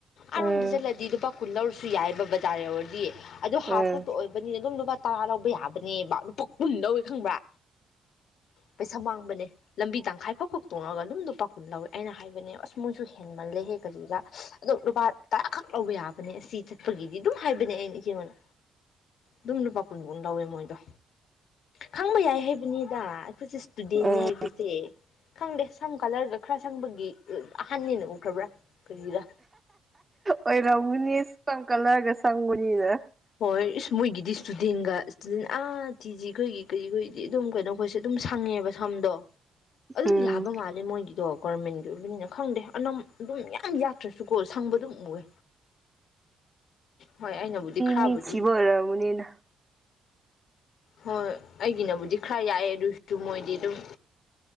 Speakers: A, on the right; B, on the left.
A: ꯎꯝ
B: ꯑꯔꯣꯝꯗ ꯆꯠꯂꯗꯤ ꯂꯨꯄꯥ ꯀꯨꯟ ꯂꯧꯔꯁꯨ ꯌꯥꯏꯕ ꯕꯖꯥꯔ ꯌꯧꯔꯗꯤ ꯑꯗꯣ
A: ꯎꯝ
B: ꯍꯥꯐ ꯈꯛꯇ ꯑꯣꯏꯕ ꯕ ꯑꯗꯨꯝ ꯂꯨꯄꯥ ꯇꯔꯥ ꯂꯧꯕ ꯌꯥꯕꯅꯦꯕ ꯂꯨꯄꯥ ꯀꯨꯟ ꯂꯧꯋꯦ ꯈꯪꯕ꯭ꯔꯥ ꯄꯩꯁꯥ ꯃꯥꯡꯕꯅꯦ ꯂꯝꯕꯤ ꯇꯪꯈꯥꯏ ꯐꯥꯎ ꯇꯣꯡꯉꯒ ꯑꯗꯨꯝ ꯂꯨꯄꯥ ꯀꯨꯟ ꯂꯧꯋꯦ ꯑꯩꯅ ꯍꯥꯏꯕꯅꯦ ꯑꯁ ꯃꯣꯏꯁꯨ ꯍꯦꯟꯃꯜꯂꯦꯍꯦꯛ ꯀꯔꯤꯒ ꯑꯗꯨ ꯂꯨꯄꯥ ꯇꯔꯥꯈꯛ ꯂꯧꯕ ꯌꯥꯕꯅꯦ ꯑꯁꯤ ꯆꯠꯄꯒꯤꯗꯤ ꯑꯗꯨꯝ ꯍꯥꯏꯕꯅꯦ ꯑꯩꯅ ꯏꯆꯦꯉꯣꯟꯗ ꯑꯗꯨꯝ ꯂꯨꯄꯥ ꯀꯨꯟ ꯀꯨꯟ ꯂꯧꯋꯦ ꯃꯣꯏꯗꯣ ꯈꯪꯕ ꯌꯥꯏ ꯅꯤꯗ ꯑꯩꯈꯣꯏꯁꯦ ꯏꯁꯇꯨꯗꯦꯟꯅꯦ
A: ꯎꯝ
B: ꯍꯥꯏꯕꯁꯦ ꯈꯪꯗꯦ ꯁꯝ ꯀꯂꯔꯒ ꯈꯔ ꯁꯪꯕꯒꯤ ꯑꯍꯥꯟꯅꯦꯅ ꯎꯈ꯭ꯔꯕ꯭ꯔꯥ ꯀꯔꯤꯔꯥ
A: ꯑꯣꯏꯔꯝꯒꯅꯤ ꯁꯝ ꯀꯂꯔꯒ ꯁꯪꯕꯅꯤꯅ
B: ꯍꯣꯏ ꯏꯁ ꯃꯣꯏꯒꯤꯗꯤ ꯏꯁꯇꯨꯗꯦꯟꯒ ꯏꯁꯇꯨꯗꯦꯟ ꯑꯥ ꯇꯤ ꯖꯤ ꯈꯣꯏꯒꯤ ꯀꯔꯤꯈꯣꯏꯗꯤ ꯑꯗꯨꯝ ꯀꯩꯅꯣ ꯈꯣꯏꯁꯨ ꯑꯗꯨꯝ ꯁꯪꯉꯦꯕ ꯁꯝꯗꯣ ꯑꯗꯨꯝ
A: ꯎꯝ
B: ꯌꯥꯕ ꯃꯥꯜꯂꯦ ꯃꯣꯏꯒꯤꯗꯣ ꯒꯣꯔꯃꯦꯟꯒꯤ ꯑꯣꯏꯕꯅꯤꯅ ꯈꯪꯗꯦ ꯑꯅꯝ ꯑꯗꯨꯝ ꯌꯥꯝ ꯌꯥꯠꯇ꯭ꯔꯁꯨꯀꯣ ꯁꯪꯕ ꯑꯗꯨꯝ ꯎꯌꯦ ꯍꯣꯏ ꯑꯩꯅꯕꯨꯗꯤ ꯈꯔꯕꯨꯗꯤ
A: ꯃꯤꯊꯤꯕ ꯑꯣꯏꯔꯕꯅꯤꯅ
B: ꯍꯣꯏ ꯑꯩꯒꯤꯅꯕꯨꯗꯤ ꯈꯔ ꯌꯥꯛꯑꯦ ꯑꯗꯨꯁꯨ ꯃꯣꯏꯗꯤ ꯑꯗꯨꯝ